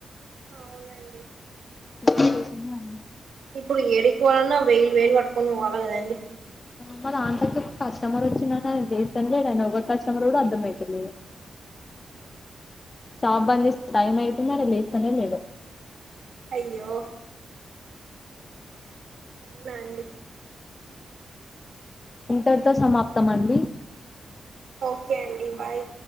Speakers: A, on the right (about 75°); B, on the left (about 25°).
A: అవును
B: అందుకోసమే అన్ని
A: ఇప్పుడు ఏడికి పోవాల వెలు వేలు పట్టుకోని పోవాల కదండి
B: మా నాన్సీ అక్కకు కస్టమర్ వచ్చిడు అన్నది లేస్తనే లేడు ఆయనే ఎవరు కస్టమర్ కూడా అర్థమైత లేడు షాప్ బంద్ చేసి టైం అయితాంది ఆయన లెత్తనే లేడు
A: అయ్యో అవునా అండి
B: ఇంతటితో సమాప్తం అండి
A: ఒకే అండి బాయ్